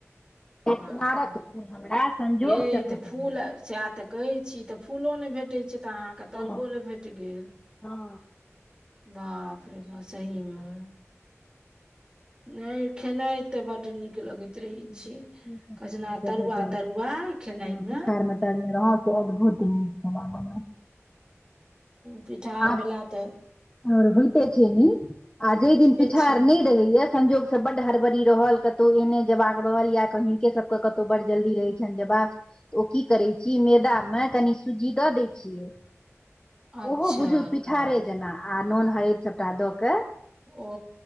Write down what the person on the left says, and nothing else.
कचनारक
फूल
हमरा संजोग
से
भेट
गेल
हँ
हँ
हँ,
से कचनारके
भेटल
हँ
पिठार मे तरने रहू से अद्भुत नीक खेनाइ बनल
आब
आओर होइतो छै निक आ जय दिन पिठार
नय रहैय संजोग सँ बड हड़बड़ी रहल कतहु एहने जेबाक रहल या कहि हिनके सब केँ कतहु बड़ जल्दी रहै छनि जेबा ओ की करै छी मैदामे कनि सुजी दऽ दै छियै
ओहो बुझू पिठारे जेना आ नून हरैद सभटा दऽ कऽ